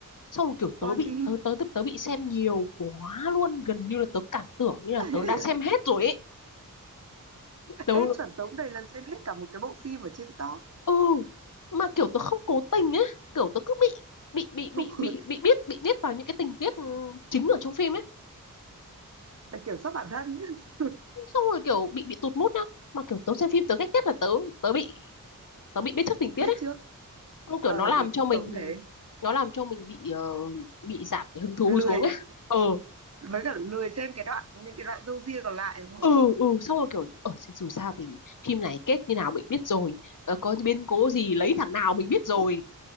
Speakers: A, on the left; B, on the right.
A: xong rồi kiểu
B: spoil
A: tớ bị
B: phim
A: tớ tớ tớ, tớ bị xem nhiều quá luôn gần như là tớ cảm tưởng như là
B: <laughs>
A: tớ đã xem hết rồi ấy tớ
B: ê chuẩn tống đầy lần xem hết cả một cái bộ phim ở trên TikTok
A: ừ mà kiểu tớ không cố tình ấy kiểu tớ cứ bị bị bị
B: không
A: bị
B: ngờ
A: bị
B: thế.
A: bị biết bị biết vào những cái tình tiết ừ, chính ở trong phim ấy
B: phải kiểm soát bản thân nhé <laughs>
A: xong rồi kiểu bị bị tụt mood nhá mà kiểu tớ xem phim tớ ghét nhất là tớ tớ bị tớ bị biết trước tình tiết
B: biết
A: ấy
B: trước
A: Không kiểu
B: ờ
A: nó làm
B: được
A: cho mình
B: tống thế
A: nó làm cho mình bị ờ, bị giảm cái hứng thú
B: lười
A: xuống ấy. Ờ
B: với cả lười xem cái đoạn những cái đoạn râu ria còn lại đúng không
A: ừ ừ xong rồi kiểu ở dù sao thì phim này kết như nào mình biết rồi. Ờ, có biến cố gì lấy thằng nào mình biết rồi.